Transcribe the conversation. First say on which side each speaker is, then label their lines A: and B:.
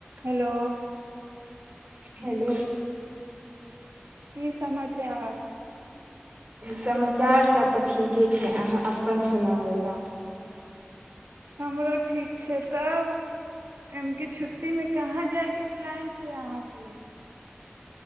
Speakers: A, on the right (about 80°); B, on the right (about 45°).
A: हेलो
B: हेलो
A: की समाचार
B: समाचार सब तऽ ठीके से अहाँ अपन सुनाओल जाउ
A: हमरो ठीक छै तब ए क छुट्टी मे कहाँ जाय के प्लान छै अहाँके के